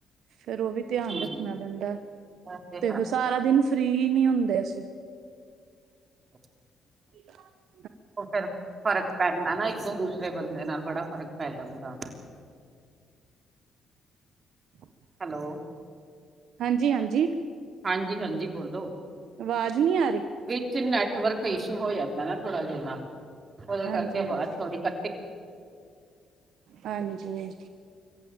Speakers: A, on the right; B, on the right.
A: ਫੇਰ ਓ ਵੀ ਧੇਆਨ
B: ਹੂੰ।
A: ਰੱਖਨਾ ਪੈਂਦਾ,
B: ਉਹ
A: ਤੇ
B: ਹੈ
A: ਸਾਰਾ ਦਿਨ ਫ੍ਰੀ ਨੀ ਹੁੰਦੇ ਅਸੀਂ।
B: <inaudible>
A: <inaudible>
B: ਓ ਫੇਰ ਫਰਕ ਪੈਂਦੈ ਨਾ, ਇੱਕ ਤੋਂ ਦੂਸਰੇ ਬੰਦੇ ਨਾਲ ਬੜਾ ਫਰਕ ਪੈ ਜਾਂਦਾ ਵੇ।
A: <inaudible>
B: ਹੈਲੋ
A: ਹਾਂਜੀ-ਹਾਂਜੀ।
B: ਹਾਂਜੀ, ਭੈਂਜੀ ਬੋਲੋ।
A: ਆਵਾਜ਼ ਨਹੀਂ ਆ ਰਹੀ
B: ਵਿੱਚ ਨੈਟਵਰਕ ਇਸ਼ੂ ਹੋ ਜਾਂਦਾ ਨਾ ਥੋੜਾ ਜਿਨਾ, ਓਦੇ
A: ਹਾਂਜੀ
B: ਕਰਕੇ
A: ਹਾਂਜੀ
B: ਵਾਜ ਥੋੜੀ <unintelligible>
A: ਹਾਂਜੀ